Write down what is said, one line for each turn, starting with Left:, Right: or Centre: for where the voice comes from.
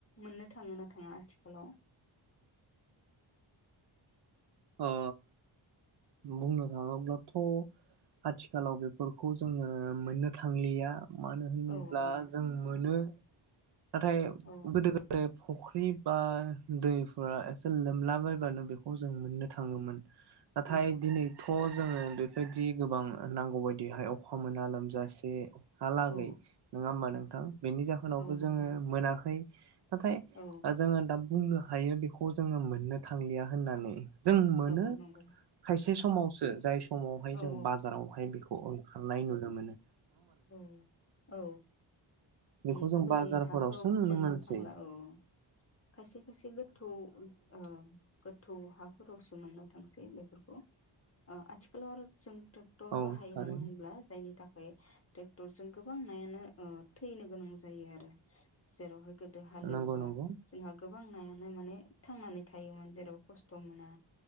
Left: मोननो थाङो ना थाङा आथिखालाव
Right: अ बुंनो थाङोब्लाथ' आथिखालाव बेफोरखौ जोङो मोननो थांलिया मानो होनोब्ला
Left: औ औ
Right: जों मोनो नाथाय
Left: औ
Right: गोदो गोदाय फुख्रि बा दैफोरा एसे लोमलाबायबानो बेखौ जों मोननो थाङोमोन नाथाय
Left: औ
Right: दिनैथ' जोङो बेफोरबादि गोबां नांगौ बायदिहाय अखा मोना लोमजासे हालागै
Left: औ
Right: नङा होमबा नोंथां बेनि जाहोनावबो
Left: औ नंगौ
Right: जोङो मोनाखै नाथाय
Left: औ
Right: जोङो दा बुंनो हायो बेखौ जोङो मोननो थांलिया होननानै जों मोनो
Left: औ नंगौ
Right: खायसे समावसो जाय समावहाय
Left: औ
Right: जों बाजारावहाय बेखौ खारनाय नुनो मानो
Left: औ औ जों
Right: बेखौ
Left: बोरि
Right: बाजारफोरावसो
Left: हाफ्राव
Right: नुनो
Left: मोननो
Right: मोनसै
Left: थांला औ खायसे खायसे गोथौ औ गोथौ हा फोरावसो मोननो थांसै बेफोरखौ ओ आथिखालाव आरो जों ट्रेक्टर
Right: औ
Left: बाहायो
Right: थारैनो
Left: नङा होनब्ला जायनि था <unintelligible> ट्रेक्टर जों गोबां नायानो ओ थैनो गोनां जायो आरो जेरावहाय गो दो हालेवबा
Right: नंगौ नंगौ
Left: जोंहा गोबां नायानो माने थांनानै थायोमोन जेराव खस्थ' मोना